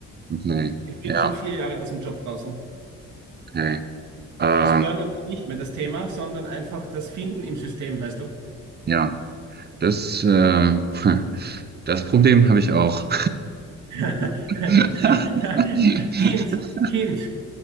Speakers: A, on the right (about 35°); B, on the right (about 70°).
A: okay,
B: Ich bin
A: ja,
B: schon vier Jahre aus dem Job draußen.
A: okay. Ähm,
B: Also Burnout ist nicht mehr das Thema, sondern einfach das Finden im System, weißt du?
A: ja, das, äh, <laughs> das Problem habe ich auch.
B: <laughs>
A: <laughs>
B: Kind, Kind,